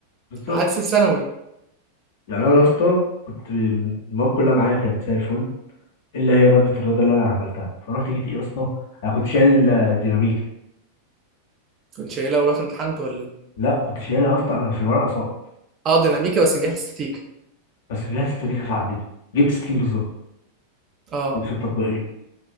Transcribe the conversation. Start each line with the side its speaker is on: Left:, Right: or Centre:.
Left: بالظبط
Right: عكس الثانوي
Left: يعني انا يا اسطى كنت المواد كلها معايا كانت زي الفل اللي هي ماده الرياضه اللي انا عملتها فرحت جيت ايه يا اسطى انا كنت شايل آه، ديناميكا
Right: كنت شايلها ورحت امتحنت ولا ايه
Left: لا كنت شايلها يا اسطى انا في الورقه صائب
Right: اه ديناميكا بس نجحت ستيك
Left: بس رجعت استراتيجي فعديتها جبت 60 بالظبط
Right: اه
Left: في التطبيقيه